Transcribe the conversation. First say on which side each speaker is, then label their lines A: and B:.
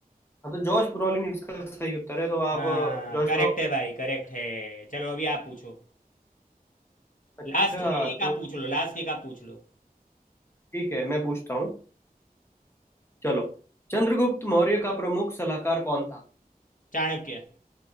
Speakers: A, on the left; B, on the left.
A: हाँ तो जॉश ब्रॉलिन इसका सही उत्तर है तो आप
B: हाँ
A: अ, जॉश
B: करेक्ट
A: ब्रॉलिन
B: है भाई करेक्ट है चलो अभी आप पूछो
A: अच्छा
B: लास्ट है एक
A: तो
B: आप पूछ लो लास्ट एक आप पूछ लो
A: ठीक है मैं पूछता हूँ चलो चंद्रगुप्त मौर्य का प्रमुख सलाहकार कौन था
B: चाणक्य